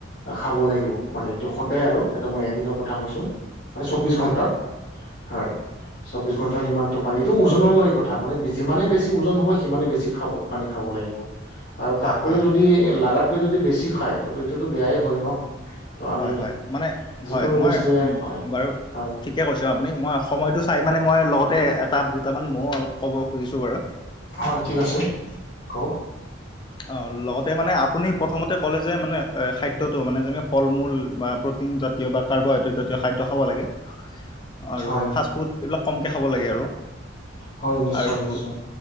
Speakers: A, on the left; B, on the left.
A: খাব লাগিব মানে এইটো সদায় আৰু। এইটো মই এদিনৰ কথা কৈছো মানে চৌবিশ
B: হয়
A: ঘন্টাত। হয়। চৌবিশ ঘণ্টা ইমানটো পানী। এইটো ওজনলৈ কথা মানে যিমানেই বেছি ওজন হ'ব সিমানে বেছি খাব। পানী খাব লাগিব। আৰু
B: হয়
A: তাতকৈও
B: হয়
A: যদি
B: অ,
A: লাগাতকৈ যদি বেছি খায় ত এইটোতো বেয়াই হয় ন। ত আমি
B: হয় - হয় মানে
A: যিকোনো
B: হয় মই
A: বস্তুৱে হয়
B: বাৰু
A: হয়
B: ঠিক। কৈছো আপুনি মই সময়টো চাই মানে মই লগতে এটা দুটামান মইও অলপ ক'ব খুজিছো বাৰু।
A: হয় ঠিক আছে কওক।
B: অঁ ললক জব গগো ঠগ্ননগতে মানে আপুনি প্ৰথমতে ক'লে যে মানে খাদ্যটো মানে যেনে ফল মূল বা প্ৰ'টিন জাতীয় বা কাৰ্বহাইড্ৰেট জাতীয় খাদ্য খাব লাগে। আৰু
A: হয়
B: ফাষ্ট ফুড এইবিলাক কমকৈ খাব লাগে
A: হয় নিশ্চয়
B: আৰু
A: নিশ্চয়